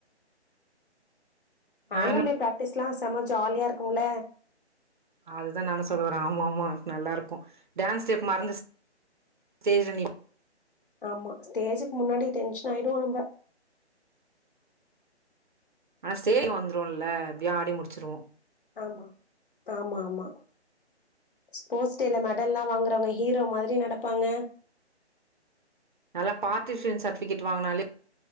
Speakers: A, on the left (about 50°); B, on the right (about 45°).
A: ஆனுவல்டே
B: ஆனுவல்
A: பிராக்டிஸ் எல்லாம் செம்ம ஜாலியா இருக்கும்ல
B: அதுதான் நானு சொல்லவறேன் ஆமா ஆமா நல்லாருக்கும் டான்ஸ் ஸ்டெப் மறந்துச்சுனா ஸ்டஏஜ்ல நீ
A: ஆமா ஸ்டேஜுக்கு முன்னாடி டென்ஷன் ஆயிடுவோம் நம்ம
B: ஆனா ஸ்டேஜ் வந்துரோம்ல எப்டியோ ஆடி முடிச்சிருவோம்
A: ஆமா ஆமா ஆமா ஸ்போர்ட்ஸ் டேல மெடல்லல்லாம் வாங்குறவங்க ஹீரோ மாரி நடப்பாங்க
B: நல்லா பார்டசரன்ஸ் சர்டிபிகேட் வாங்கினாலே